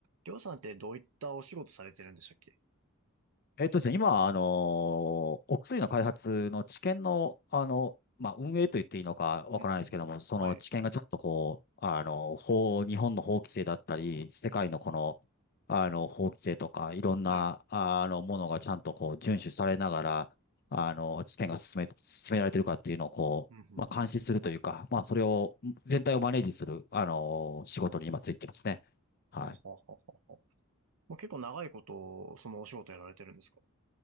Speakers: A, on the right (about 85°); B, on the left (about 45°).
A: りょうさんってどういったお仕事されてるんでしたっけ
B: えっとですね、今、あのお薬の開発の治験の、あの、まあ、運営と言っていいのかわからないですけども、
A: うんうんうんはい、
B: その治験がちょっとこう、あの、法、日本の法規制だったり、世界のこの、あの、法規制とか、いろんな、
A: はい。
B: あの、ものがちゃんとこう、遵守されながら、あの、治験が進め、進められてるかっていうのをこう、
A: うんうんうん
B: まあ、監視するというか、まあ、それを、全体をマネージする、あの仕事に今ついてますね。はい。
A: ははははは。もう結構長いこと、そのお仕事やられてるんですか